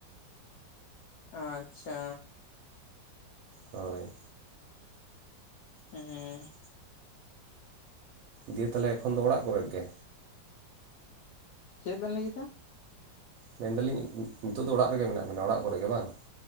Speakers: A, on the left; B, on the right.
A: ᱟᱸᱪᱪᱷᱟ᱾
B: ᱦᱳᱭ᱾
A: ᱦᱩᱸᱻ᱾
B: ᱫᱤᱭᱮ ᱛᱟᱦᱚᱞᱮ ᱮᱠᱷᱚᱱ ᱫᱚ ᱚᱲᱟᱜ ᱠᱚᱨᱮ ᱜᱮ᱾
A: ᱪᱮᱫ ᱵᱮᱱ ᱞᱟᱹᱭ ᱠᱮᱫᱟ?
B: ᱢᱮᱱ ᱫᱟᱞᱤᱧ ᱤᱸ ᱱᱤᱛᱚᱜ ᱫᱚ ᱚᱲᱟᱜ ᱨᱮᱜᱮ ᱢᱮᱱᱟᱜ ᱵᱮᱱᱟ ᱚᱲᱟᱜ ᱠᱚᱨᱮ ᱜᱮ ᱵᱟᱝ?